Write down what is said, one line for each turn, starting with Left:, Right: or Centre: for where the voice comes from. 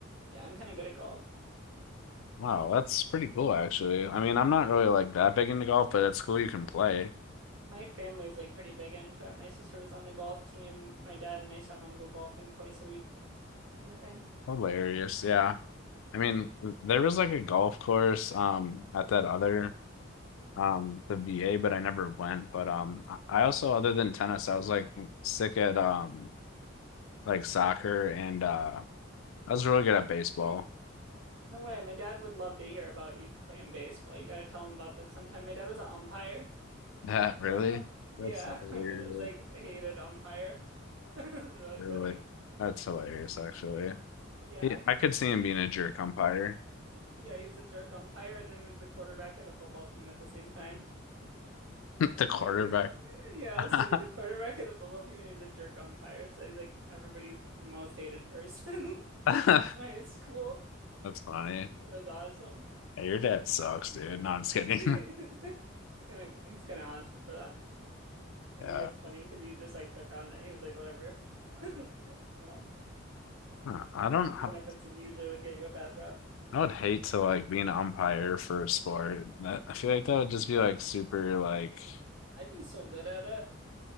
Right: Yeah, I'm kind of good at golf.
Left: Wow, that's pretty cool actually. I mean, I'm not really like that big into golf, but it's cool you can play.
Right: My family's like pretty big into it. My sister was on the golf team. My dad and my stepmom go golfing twice a week, kind of thing.
Left: Hilarious. Yeah. I mean, there was like a golf course um at that other um the VA, but I never went. But um I I also other than tennis, I was like sick at um like soccer and uh I was really good at baseball. <laughs>
Right: No way. My dad would love to hear about you playing baseball. You got to tell him about that sometime. My dad was an umpire
Left: That
Right: growing
Left: really?
Right: up. Yeah,
Left: That's so weird.
Right: <laughs> and it was like hated umpire. <laughs> It was really
Left: Really.
Right: funny.
Left: That's hilarious actually.
Right: Yeah.
Left: He, I could see him being a jerk umpire,
Right: Yeah, he was a jerk umpire and then he was the quarterback of the football team at the same time.
Left: <laughs>
Right: And
Left: the
Right: a
Left: quarterback.
Right: thing like yeah,
Left: <laughs>
Right: so he's the quarterback of the football team and he's a jerk umpire. So he's like everybody's most hated person. <laughs>
Left: That's
Right: <laughs> in high school.
Left: funny.
Right: That's awesome.
Left: Yeah, your dad sucks, dude. No, I'm just kidding.
Right: <laughs>
Left: <laughs>
Right: It's kind of he's kind of awesome for that. I
Left: Yeah.
Right: think it's funny because he just like took on that he was like whatever, <laughs> you know,
Left: Huh, I don't
Right: even
Left: know
Right: if it's like, usually would get you a bad rep.
Left: I would hate to like be an umpire for a sport. That I feel like that would just be like super like
Right: I'd be so good at it.